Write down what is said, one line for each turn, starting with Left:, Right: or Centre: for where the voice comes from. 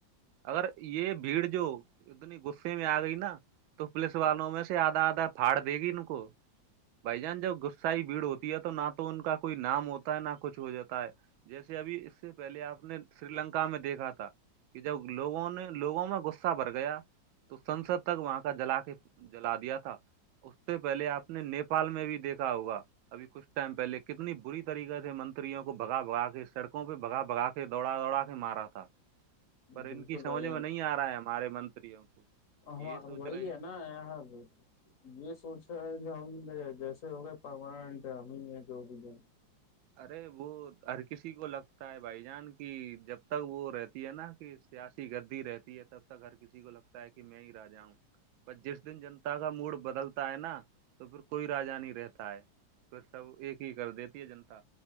Right: اگر یہ بھیڑ جو <unintelligible> اتنی غصے میں آ گئی نا تو پلیس والوں میں سے آدھا آدھا پھاڑ دے گی ان کو بھائی جان جب غصہائی بھیڑ ہوتی ہے تو نہ تو ان کا کوئی نام ہوتا ہے نہ کچھ ہو جاتا ہے جیسے ابھی اس سے پہلے آپ نے سری لنکا میں دیکھا تھا کہ جب لوگوں نے لوگوں میں غصہ بھر گیا تو سنسد تک وہاں کا جلا کے جلا دیا تھا اس سے پہلے آپ نے نیپال میں بھی دیکھا ہوگا اب کچھ ٹائم پہلے کتنی بری طریقے سے منریوں کو بھگا بگا کے سڑکوں پہ بگا بگا کے دوڑا دوڑا کے مارا تھا پر
Left: بالکل
Right: ان کی
Left: بھائی
Right: سمجھ میں نہیں آ رہا ہے ہمارے منتریوں کو
Left: ہماں
Right: یہ سوچ
Left: وہی
Right: رہے ہیں
Left: ہے نا یہاں یہ سوچ رہے ہے کہ ہم جیسے ہو گئے پرماننٹ ہے ہمیں یہ جو بھی ہے
Right: ارے وہ ہر کسی کو لگتا ہے بھائی جان کی جب تک وہ رہتی ہے نا سیاسی گدی رہتی ہے تب تک ہر کسی کو لگتا ہے کہ میں ہی رہ جاؤں پر جس دن جنتا کا موڈ بدلتا ہے نا تو پھر کوئی راجا نہیں رہتا ہے پھر سب ایک ہی کر دیتی ہے جنتا